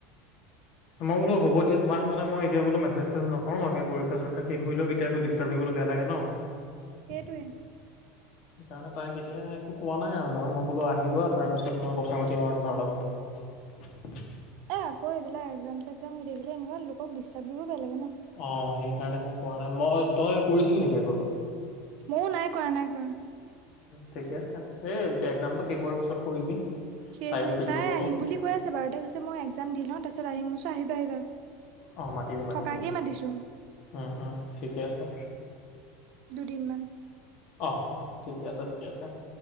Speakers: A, on the left (about 60°); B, on the right (about 65°).
A: মই বোলো হ'ব দিয়া। তোমাক মানে মই এতিয়া বোলো মেছেজ-চেছেজ নকৰোঁ। একে পৰীক্ষা-চৰীক্ষা শেষ হুই লওক। এতিয়া আকৌ দিছ ষ্টাৰ্ব দিবলে বেয়া লাগে ন।
B: সেইটোৱে।
A: <inaudible> সেইকাৰণে তাইক এতিয়া একো কোৱা নাই আৰু। মই মই বোলো আহি লোৱা। তাৰপিছত মই কথা পাতিম আৰু তোমাৰ লগত। <inaudible>
B: অ', আকৌ এইবিলাক এক্সাম-চেক্সাম হৈ থাকিলে এনেকোৱা লোকক ডিষ্টাৰ্ব দিবও বেয়া লাগে ন।
A: অ', সেইকাৰণে মই কোৱা নাই। মই তই কৰিছিলি নেকি আকৌ এইটো?
B: ময়ো নাই কৰা নাই কৰা।
A: ঠিকে আছে। এই এক্সামটো শেষ হোৱাৰ পিছত কৰিবি।
B: সেইটোৱে।
A: তাইও ফ্ৰী
B: তাই
A: হ'বতো
B: আহিম বুলি কৈ আছে বাৰু দে। কৈছে মই এক্সাম দি লওঁ, তাৰ পিছত আহিম। মই কৈছো আহিবা আহিবা।
A: অহ, মাতিবি মাতিবি।
B: থকাকেই মাতিছো
A: উম, উম, ঠিকে আছে।
B: দুদিনমান।
A: অ', অ', ঠিকে আছে ঠিকে আছে।